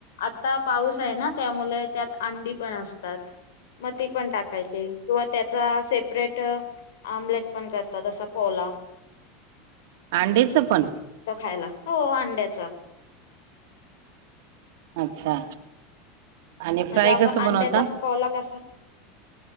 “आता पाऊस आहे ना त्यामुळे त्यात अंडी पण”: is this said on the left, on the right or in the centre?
Left